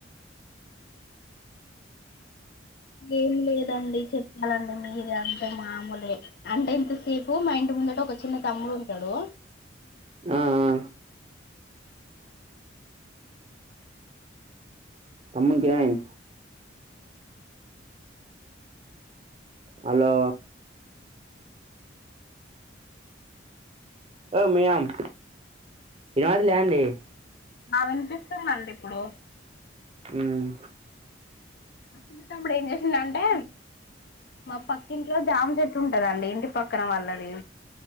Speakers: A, on the left; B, on the right.
A: ఏం లేదండి చెప్పాలండి మీరే అంతే మామూలే అంటే ఇంతసేపు మా ఇంటి ఉందడు ఒక చిన్న తమ్ముడు ఉంటాడు
B: ఆ ఆ తమ్ముంకేమైంది హలో హలో మియామ్ యాద్ యండి
A: ఆ వినిపిస్తుందండి ఇప్పుడు
B: ఉమ్మ్
A: ఆ చిన్నతమ్ముడు ఏం చేసిండంటే మా పక్క ఇంట్లో జామ చెట్టు ఉంటదండి ఇంటి పక్క పక్కన వాల్లది